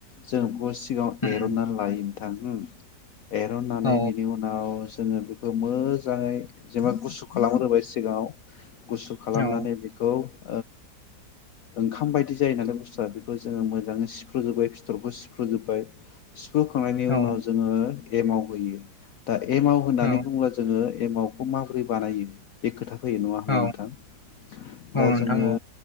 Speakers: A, on the left (about 65°); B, on the left (about 20°).
A: जोङो बेखौ सिगाङाव
B: उम
A: एरनानै लायो नोंथां एरननानै
B: औ
A: बिनि उनाव जोङो बि खौ मोजाङै जेनेबा गुसु खालामग्रोबाय सिगाङाव गुसु खालामनानै
B: औ
A: बिखौ ओ ओंखाम बायदि जायो नालाय बुस्थुआ बेखौ जोङो मोजाङै सिफ्रुजोबै फिथरखौ सिफ्रुजोबबाय सिफ्रु खांनायनि
B: औ
A: उनाव जोङो एम आव होयो दा एमाव होननानै
B: औ
A: बुङोब्ला जोङो एमावखौ माबोरै बानायो बे खोथाखौ होयो नङा होमबा
B: औ
A: नोंथां
B: औ
A: दा
B: नोंथां
A: जोङो
B: औ